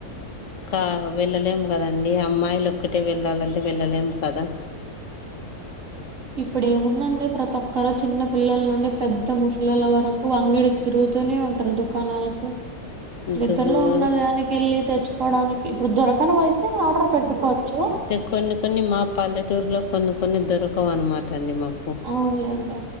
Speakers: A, on the left; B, on the right.
A: కా వెళ్ళలేము కదండి అమ్మాయిలు ఒక్కటే వెళ్ళాలంటే వెళ్ళలేము కదా
B: <inaudible> ఇప్పుడు ఏముందండి ప్రతి ఒక్కరు చిన్న పిల్లల నుండి పెద్ద ముసలల వరకు అంగిడికి తిరు తూనే ఉంటారు దుకాణాలకి దగ్గరలో
A: దూ
B: ఉన్నదానికి వెళ్ళి తెచ్చు కోవడానికి ఇప్పుడు దొరకనవి అయితే ఆర్డర్ పెట్టుకోవచ్చు
A: తే కొన్ని కొన్ని మా పల్లెటూరులో కొన్ని కొన్ని దొరకవు అన్నమాట అండి మాకు
B: అవునులేండి